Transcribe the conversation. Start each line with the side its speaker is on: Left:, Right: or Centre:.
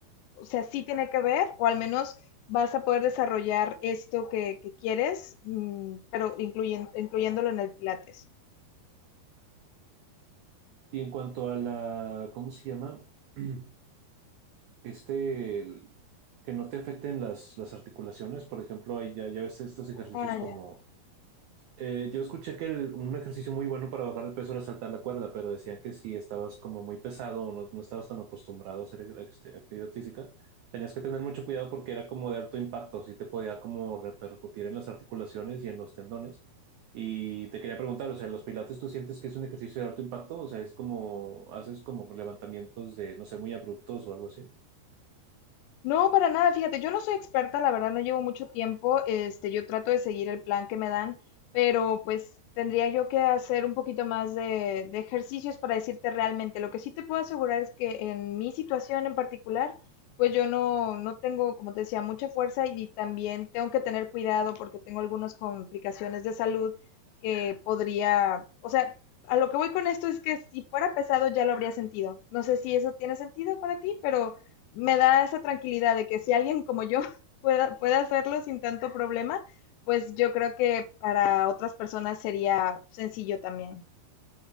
Left: o sea, sí tiene que ver, o al menos vas a poder desarrollar esto que, que quieres, mm, pero incluyen- incluyéndolo en el Pilates.
Right: Y en cuanto a la, ¿cómo se llama? <clears throat> Este, el- que no te afecten las, las articulaciones, por ejemplo, hay ya, ya ves estos ejercicios
Left: Ah,
Right: como
Left: ya.
Right: eh, yo escuché que el- un ejercicio muy bueno para bajar de peso era saltar la cuerda, pero decían que si estabas como muy pesado o no, no estabas tan acostumbrado a hacer este, actividad física, tenías que tener mucho cuidado porque era como de alto impacto, sí te podía como repercutir en las articulaciones y en los tendones. Y te quería preguntar, o sea, ¿los pilates tú sientes que es un ejercicio de alto impacto? O sea, es como, haces como levantamientos de, no sé, muy abruptos o algo así.
Left: No, para nada, fíjate, yo no soy experta, la verdad no llevo mucho tiempo, este, yo trato de seguir el plan que me dan, pero pues tendría yo que hacer un poquito más de, de ejercicios para decirte realmente. Lo que sí te puedo asegurar es que en mi situación en particular, pues yo no, no tengo, como te decía, mucha fuerza y también tengo que tener cuidado porque tengo algunas complicaciones de salud que podría, o sea, a lo que voy con esto es que si fuera pesado ya lo habría sentido. No sé si eso tiene sentido para ti, pero me da esa tranquilidad de que si alguien como yo <laughs> pueda, puede hacerlo sin tanto problema, pues yo creo que para otras personas sería sencillo también.